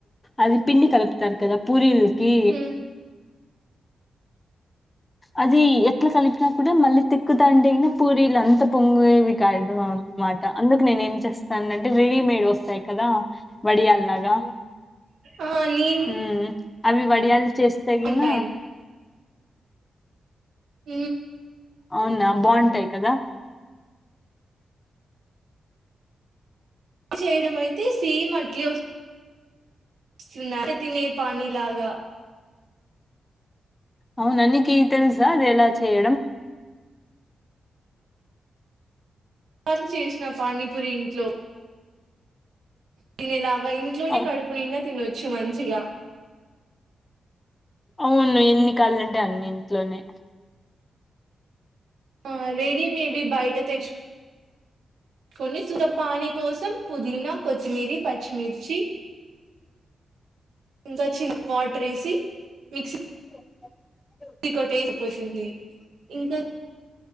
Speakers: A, on the left; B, on the right.
A: అది పిండి కలుపుతారు కదా పూరీలు కీ
B: ఉమ్
A: అది ఎట్ల కలిపినా కూడా మళ్ళీ తిక్కుతుంటేగిన పూరీలు అంత పొంగేవి <unintelligible> మాట అందుకు నేనేం చేస్తానంటే రెడీమేడ్ వస్తాయి కదా వడియాల్లాగా
B: ఆ నేను
A: ఉహ్మ్ అవి వడియాలు చేస్తే గిన
B: ఉంటా ఉ
A: అవునా బాగుంటాయి కదా
B: చేయడం అయితే సీమ్ అట్లే వస్ <unintelligible> తినీ పాణి లాగా
A: అవునా నీకి తెలుసా అది ఎలా చేయడం
B: కానీ చేసిన పానీ పూరి ఇంట్లో తినేదాకా ఇంట్లోనే
A: అవ్-
B: కడుపునిండా తినొచ్చు మంచిగా
A: అవును ఎన్ని కాల్ అంటే అన్ని ఇంట్లోనే
B: ఆ రెడీ మేడ్ ది బయట తెచ్చు కొన్ని సుధప్ పానీ కోసం పుదీనా కొత్తిమీరీ పచ్చిమిర్చి ఇంకా చిన్ వాటర్ ఏసీ మిక్స్
A: <inaudible>
B: మీకోటేసి పోసింది ఇంకా